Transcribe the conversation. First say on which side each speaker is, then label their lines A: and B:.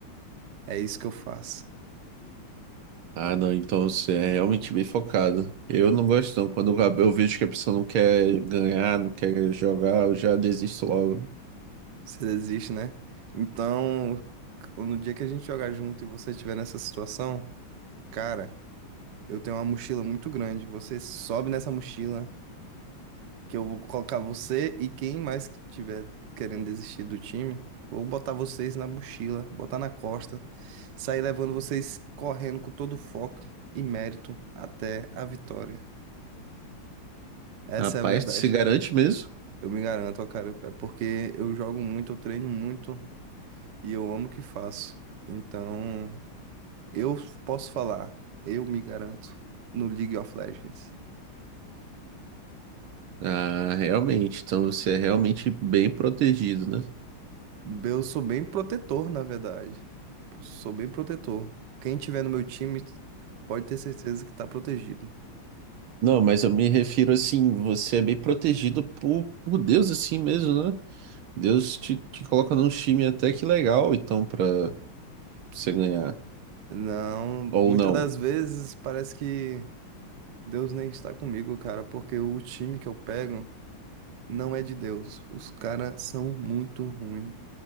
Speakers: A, on the right; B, on the right.
A: É isso que eu faço.
B: Ah, não, então você é realmente bem focado. Eu não gosto não, quando eu eu vejo que a pessoa não quer ganhar, não quer jogar, eu já desisto logo.
A: Você desiste, né? Então, no dia que a gente jogar junto e você estiver nessa situação, cara. Eu tenho uma mochila muito grande. Você sobe nessa mochila, que eu vou colocar você e quem mais que tiver querendo desistir do time, vou botar vocês na mochila, botar na costa, sair levando vocês correndo com todo foco e mérito até a vitória. Essa
B: Rapaz,
A: é a verdade.
B: tu se garante mesmo?
A: Eu me garanto, ó, cara, é porque eu jogo muito, eu treino muito e eu amo o que faço. Então, eu posso falar, eu me garanto no League of Legends.
B: Ah, realmente, então você é realmente bem protegido, né?
A: Eu sou bem protetor, na verdade. Sou bem protetor. Quem tiver no meu time pode ter certeza que tá protegido.
B: Não, mas eu me refiro assim, você é bem protegido por, por Deus assim mesmo, né? Deus te, te coloca num time até que legal, então, pra você ganhar.
A: Não,
B: Ou
A: muitas
B: não.
A: das vezes parece que Deus nem está comigo, cara, porque o time que eu pego não é de Deus. Os caras são muito ruins.